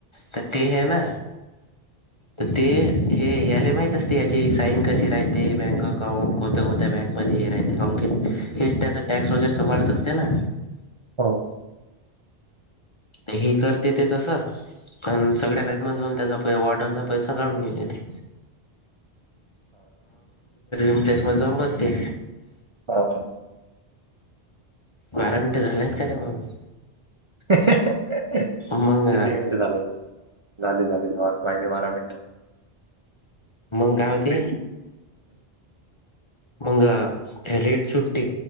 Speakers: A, on the left (about 30°); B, on the right (about 35°).
A: तर ते है ना?
B: <inaudible>
A: तर ते हे याला माहित असते याची साईन कशी राहते बँक अकाउंट कोनत्या कोणत्या बँकमध्येध हे राह हेच त्याचा टॅक्स वगैरे सभाळत असते ना?
B: हो.
A: हे करते ते तस कारण सगळ्या बँक मधे जाऊन त्याचा वाॉटांचा पैसा काढून घेते ते. प्लेस मध्ये जाऊन बसते.
B: हा ह
A: बारा मिनटं झालेयत का रे वागून?
B: किती
A: मग
B: मिनट झाले झाले झाले वाच लागले बारा मिनिटं
A: मंग काय होते
B: थ्री
A: मंग रेट सुट्टी